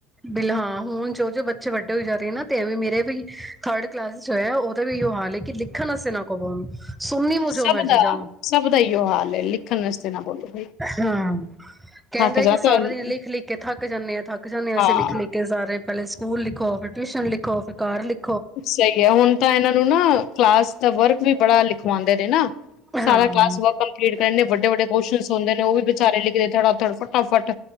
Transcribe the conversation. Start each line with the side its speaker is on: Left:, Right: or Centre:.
Centre: ਬਿਲਹਾਂ ਹੁਣ ਜੋ ਜੋ ਬੱਚੇ ਵੱਡੇ ਹੋ ਜਾ ਰਹੇ ਨਾ ਤੇ ਵੀ ਮੇਰੇ ਵੀ ਥਰਡ ਕਲਾਸ ਚ ਹੋਇਆ ਉਹਦਾ ਵੀ ਇੋ ਹਾਲ ਹੈ ਕਿ ਲਿਖਣ ਵਸੇ ਨਾ ਕੋ ਪਾਉਣ ਸੁਨੀ ਮ
Left: ਸਭ
Centre: ਜੋ ਮਰਜ਼ੀ
Left: ਦਾ
Centre: ਜਾਓ
Left: ਸਭ ਦਾ ਇਹੀਓ ਹਾਲ ਹੈ ਲਿਖਣ ਵਾਸਤੇ ਨਾ ਬੋਲੋ ਬਈ
Centre: ਹਾਂ ਕਹਿੰਦਾ
Left: ਥੱਕ ਜਾਤਾ
Centre: ਕਿ ਸਾਰਾ
Left: ਹੈ
Centre: ਦਿਨ ਲਿਖ ਲਿਖ ਕੇ ਥੱਕ ਜਾਂਦੇ ਆ ਥੱਕ ਜਾਂਦੇ ਆ
Left: ਹਾਂ
Centre: ਲਿਖ ਲਖ ਕੇ ਜਾ ਰਹੇ ਪਹਿਲੇ ਸਕੂਲ ਲਿਖੋ ਫਿਰਰਿਊਸ਼ਨ ਲਿਖੋ ਫਿਰ ਘਰ ਲਿਖੋ
Left: ਅੱਛਾ ਹੈ ਹੁਣ ਤਾਂ ਇਹਨਾਂ ਨੂੰ ਨਾ ਕਲਾਸ ਵਰਕ ਵੀ ਬੜਾ ਲਿਖਵਾਉਂਦੇ ਨੇ ਨਾ
Centre: ਹਾਂ
Left: ਸਾਰਾ ਕਲਾ ਵਰ ਕੰਪਲੀ ਕਰ ਵਡੇ ਵਡੇ ਕੁ ਹੁੰਦੇ ਨੇ ਉਹ ਵੀ ਵਿਚਾਰੇ ਲਿਖਦੇਾੜ ਫਟਾਫਟ